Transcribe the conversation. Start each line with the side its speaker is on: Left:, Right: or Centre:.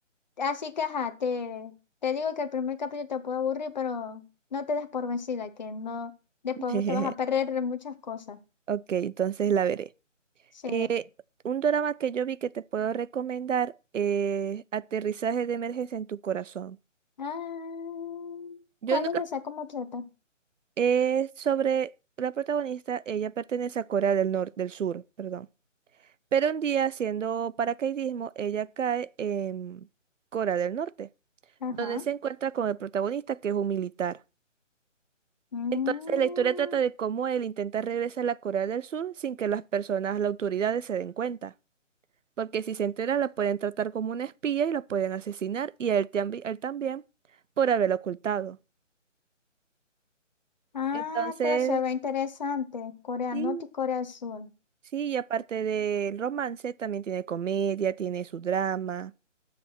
Left: así que, ajá, te, te digo que el primer capítulo te puede aburrir, pero no te des por vencida, que no, después
Right: <laughs>
Left: te vas a perder de muchas cosas.
Right: Ok, entonces la veré.
Left: Sí.
Right: Eh, un drama que yo vi que te puedo recomendar es Aterrizaje de emergencia en tu corazón.
Left: Ah,
Right: Yo
Left: ¿cuál
Right: nunca...
Left: es esa? ¿Cómo trata?
Right: Es sobre la protagonista, ella pertenece a Corea del Norte, del Sur, perdón. Pero un día haciendo paracaidismo, ella cae en Corea del Norte.
Left: Ajá.
Right: donde se encuentra con el protagonista, que es un militar.
Left: Mm.
Right: Entonces, la historia trata de cómo él intenta regresar a la Corea del Sur sin que las personas, las autoridades se den cuenta. Porque si se entera, la pueden tratar como una espía y la pueden asesinar, y a él, tambi- él también, por haberlo ocultado.
Left: Ah,
Right: Entonces,
Left: pero se ve interesante. Corea
Right: sí,
Left: Norte y Corea del Sur.
Right: sí, y aparte del romance, también tiene comedia, tiene su drama.